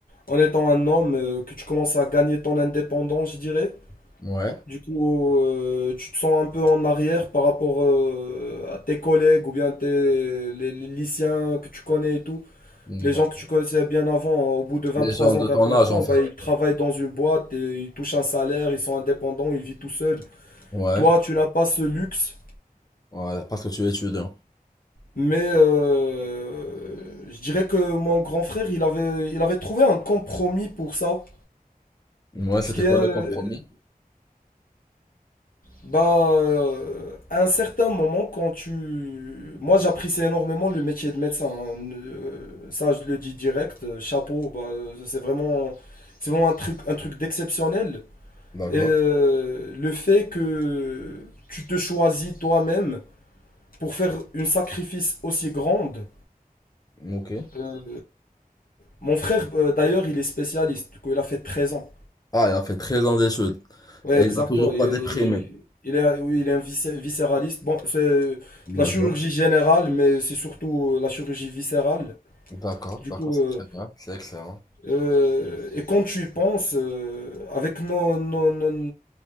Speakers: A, on the left; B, on the left.
A: en étant un homme, euh, que tu commences à gagner ton indépendance, je dirais.
B: Ouais.
A: Du coup, euh, tu te sens un peu en arrière par rapport euh, à tes collègues ou bien tes, les, les lycéens que tu connais et tout.
B: Mm,
A: Les
B: bah,
A: gens que tu connaissais bien avant, hein, au bout de vingt
B: Les
A: trois
B: gens de
A: ans, vingt
B: ton
A: quatre
B: âge en
A: ans,
B: fait.
A: bah, ils travaillent dans une boîte et ils touchent un salaire, ils sont indépendants, ils vivent tout seuls.
B: Ouais.
A: Toi, tu n'as pas ce luxe,
B: Ouais, parce que tu es étudiant.
A: mais euh, je dirais que mon grand frère, il avait, il avait trouvé un compromis pour ça.
B: Ouais,
A: Ce
B: c'était
A: qui
B: quoi
A: est,
B: le compromis?
A: Bah, euh, à un certain moment, quand tu... Moi, j'apprécie énormément le métier de médecin. hein. Euh, Ça, je le dis direct. euh, Chapeau, bah, euh, c'est vraiment, c'est vraiment un truc, un truc d'exceptionnel.
B: D'accord.
A: Et euh, le fait que tu te choisis toi-même pour faire une sacrifice aussi grande.
B: Ok.
A: euh, mon frère, euh, d'ailleurs, il est spécialiste. Du coup, il a fait 13 ans.
B: Ah, il a fait 13 ans d'études.
A: Ouais,
B: Et
A: exactement.
B: il n'a toujours
A: Il,
B: pas déprimé.
A: il est, oui, il est un viscé- viscéraliste. Bon, c'est de
B: D'accord.
A: la chirurgie générale, mais c'est surtout euh, la chirurgie viscérale.
B: D'accord,
A: Du
B: d'accord,
A: coup,
B: c'est
A: euh,
B: très bien. C'est excellent.
A: euh, et quand tu y penses, euh, avec nos, nos- nos-